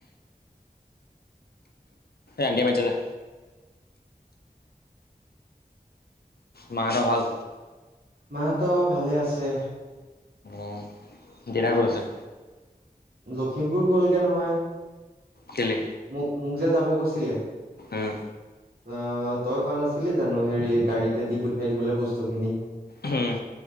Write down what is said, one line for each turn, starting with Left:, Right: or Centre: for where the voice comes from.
Left: আমি বান্ধিছো যা মা সেটো ভাল
Right: মা হত ভালে আছে।
Left: অ ডেৰা গৈছিলো
Right: লখিমপুৰ গলগে নহয়
Left: কেলে
Right: মোক মোক যে যাব গৈছিলে
Left: উম
Right: অ তই কত আছ ছিলে জানো হেৰি গাড়ীতে দি পঠিয়াই দিবলৈ বস্তু খিনি।
Left: হম